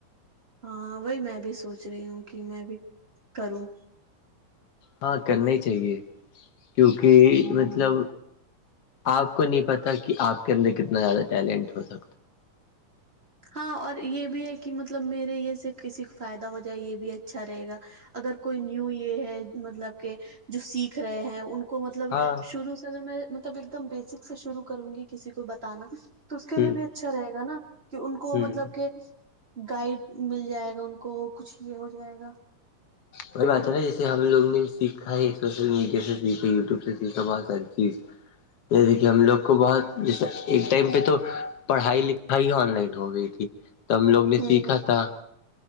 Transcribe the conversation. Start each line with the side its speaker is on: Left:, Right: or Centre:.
Right: ہاں وہی میں بھی سوچ رہی ہوں کہ میں بھی کروں
Left: ہاں کرنے چاہیے کیونکہ
Right: ہوں
Left: مطلب آپ کو نہیں پتا کہ آپ کے اندر کتنا زیادہ ٹیلنٹ ہوگا
Right: ہاں اور یہ بھی ہے کہ مطلب میرے یہ سے کسی کو فائدہ ہو جائے یہ بھی اچھا رہے گا اگر کوئی نیو یہ ہے مطلب کہ جو سیکھ رہیں ہےان کو مطلب
Left: ہے ہاں
Right: شروع سے اگر میں مطلب ایک دم بیسک سے شروع کرونگی کسی کو بتانا تو اس کے
Left: ہوں
Right: لیے بھی اچھا رہےگا نا کہ ان کو
Left: ہوں
Right: مطلب کہ گائیڈ مل جائے گا ان کو کچھ بھی ہوجائے گا
Left: پتاچلا جیسے ہم لوگ نے سیکھا ہے سوشل میڈیا سے سیکھا یوٹیوب سے سیکھا بہت ساری چیز جیسے کہ ہم لوگ کو بہت جیسے ایک ٹائم پہ تو پڑھائی لکھائی آن لائن ہو گئی تھی تب لوگ نے
Right: ہوں
Left: سیکھا تھا